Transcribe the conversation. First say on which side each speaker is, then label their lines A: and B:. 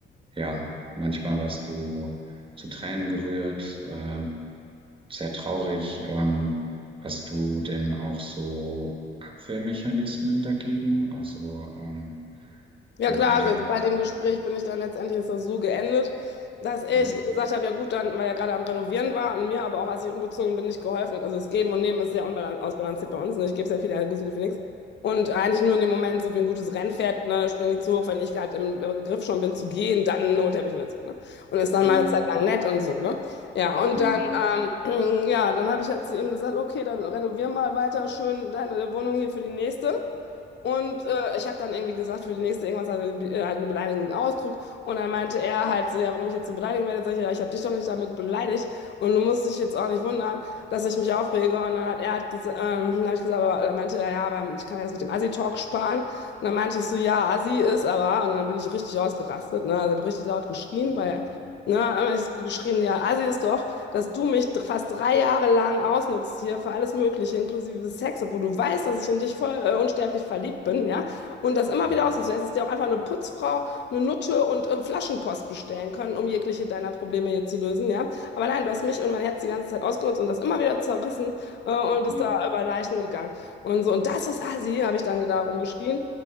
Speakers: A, on the right; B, on the left.
A: ja manchmal warst du zu Tränen gerührt. Äh, sehr traurig. Ähm, hast du denn auch so Abwehrmechanismen dagegen? Also ähm,
B: Ja
A: man
B: klar,
A: könnte.
B: also bei dem
A: Mhm.
B: Gespräch bin ich dann letztendlich ist das so geendet, dass ich
A: Mhm.
B: gesagt habe, ja gut, dann, weil er gerade am Renovieren war und mir aber auch, als ich umgezogen bin, nicht geholfen hat. Also das Geben und Nehmen ist sehr unbalan- ausbalanciert bei uns. Ne? Ich gebe sehr viel, er gibt so gut wie nichts. Und eigentlich nur in dem Moment, so wie ein gutes Rennpferd, ne, springe ich zu hoch, wenn ich gerade im äh, Griff schon bin zu gehen, dann holt er mich wieder zurück. Ne? Und ist dann
A: Mhm.
B: mal eine Zeit lang nett und so. Ne? Ja, und
A: Mhm.
B: dann, ähm, <clears throat> ja, dann habe ich halt zu ihm gesagt, okay, dann renovier mal weiter schön deine Wohnung hier für die nächste. Und äh, ich habe dann irgendwie gesagt, für die nächste irgendwas halt, eine- äh, halt einen beleidigenden Ausdruck. Und dann meinte er halt so, ja, warum ich jetzt so beleidigen werde. Sag ich, ja, ich habe dich doch nicht damit beleidigt. Und du musst dich jetzt auch nicht wundern, dass ich mich aufrege. Und dann hat er halt gesagt, ähm, dann hab ich gesagt, aber dann meinte er, ja, aber ich kann mir das mit dem Assi-Talk sparen. Und dann meinte ich so, ja, Assi ist aber. Und dann bin ich richtig ausgerastet, ne? Also ich hab richtig laut geschrien, weil,
A: Mhm.
B: ne, ich hab geschrien, ja, Assi ist doch dass du mich dr- fast drei Jahre lang ausnutzt hier für alles Mögliche, inklusive Sex, obwohl du weißt, dass ich in dich voll äh, unsterblich verliebt bin, ja? Und das immer
A: Mhm.
B: wieder ausnutzt. Du hättest dir auch einfach eine Putzfrau, eine Nutte und äh, Flaschenpost bestellen können, um jegliche deiner Probleme hier zu lösen, ja? Aber nein, du hast mich und mein Herz die ganze Zeit ausgenutzt und das immer wieder zerrissen äh, und bist
A: Ja,
B: da über Leichen gegangen. Und so, und das ist Assi, habe ich dann da rumgeschrien.